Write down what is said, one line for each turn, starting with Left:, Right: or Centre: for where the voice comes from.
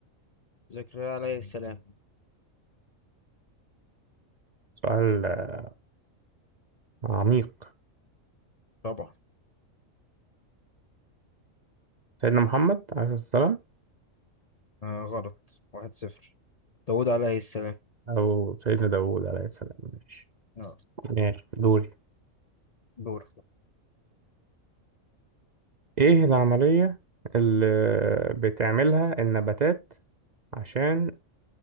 Left: زكريا عليه السلام
Right: سؤال آه، عميق
Left: طبعا
Right: سيدنا محمد عليه السلام
Left: آه غلط واحد صفر داود عليه السلام
Right: أو سيدنا داوود عليه السلام ماشي
Left: يلا
Right: ماشي دوري
Left: دور
Right: ايه العملية اللي بتعملها النباتات عشان